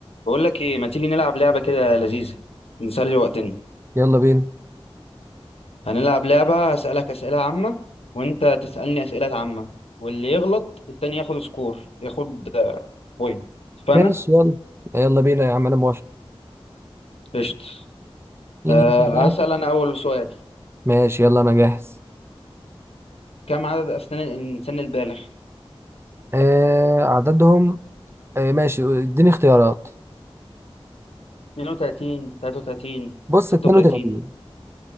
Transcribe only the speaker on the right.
يلا بينا
ماشي يلا يلا بينا يا عم انا موافق
مين
يبدأ بقى
ماشي يلا انا جاهز
آه عددهم آه ماشي اديني اختيارات
بص
32